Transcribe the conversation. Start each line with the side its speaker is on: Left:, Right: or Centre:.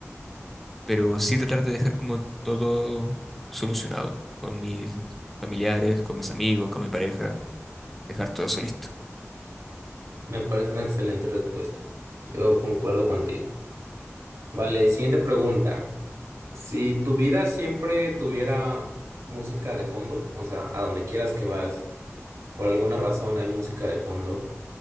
Centre: pero sí tratar de dejar como todo solucionado con mis familiares, con mis amigos, con mi pareja, dejar todo eso listo.
Right: Me parece una excelente respuesta. Yo concuerdo contigo. Vale, siguiente pregunta. Si tu vida siempre tuviera música de fondo, o sea, a donde quieras que vas, por alguna razón hay música de fondo,